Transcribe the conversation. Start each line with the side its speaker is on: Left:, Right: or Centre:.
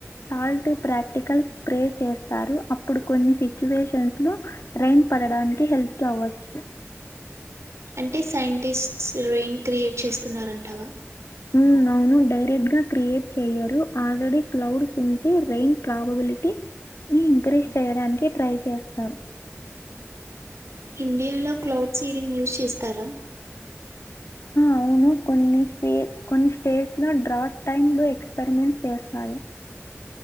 Left: సాల్ట్ ప్రాక్టికల్ స్ప్రే చేస్తారు అప్పుడు కొన్ని సిచ్యువేషన్స్ లో రెయిన్ పడడానికి హెల్ప్ అవ్వచ్చు
Right: అంటే సైంటిస్ట్ రెయిన్ క్రియేట్ చేస్తున్నారంటావా
Left: ఉమ్ అవు ఉ డైరెక్ట్ గా క్రియేట్ చేయ్యరు ఆల్రెడీ క్లౌడ్స్ ఉంటే ర రెయిన్ ప్రాబబిలిటీ ఇన్క్రీస్ చేయడానికి ట్రై చేస్తారు
Right: ఇండియాలో క్లౌడ్ సీడింగ్ యూజ్ చేస్తారా
Left: అవును కొన్ని స్టే కొన్ని స్టేట్స్ లో డ్రాట్ టైమ్ ఎక్స్పెరిమెంట్ చేస్తాయి